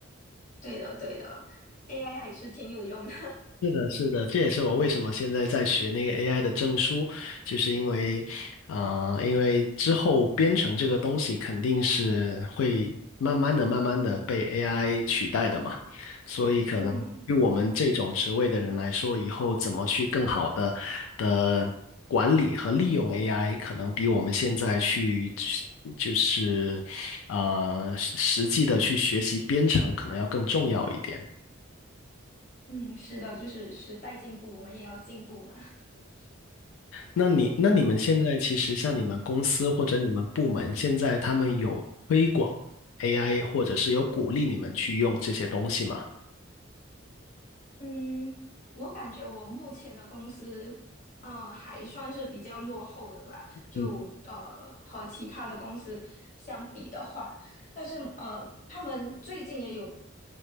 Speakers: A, on the left (about 40°); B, on the left (about 80°).
A: 对的对的，AI 还是挺有用的，
B: 是的，是的，这也是我为什么现在在学那个 AI 的证书，就是因为，啊，因为之后编程这个东西肯定是会慢慢的、慢慢的被 AI 取代的嘛，所以可能对我们这种职位的人来说，
A: <laughs> 嗯。
B: 以后怎么去更好的的管理和利用 AI，可能比我们现在去就是呃实实际的去学习编程，可能要更重要一点。
A: 嗯，是的，就是时代进步，我们也要进步嘛。<laughs>
B: 那你那你们现在其实像你们公司或者你们部门，现在他们有推广 AI，或者是有鼓励你们去用这些东西吗？
A: 嗯，我感觉我目前的公司，呃，还算是比较落后的吧，就呃和其他的公司相比的话，
B: 嗯
A: 但是呃，他们最近也有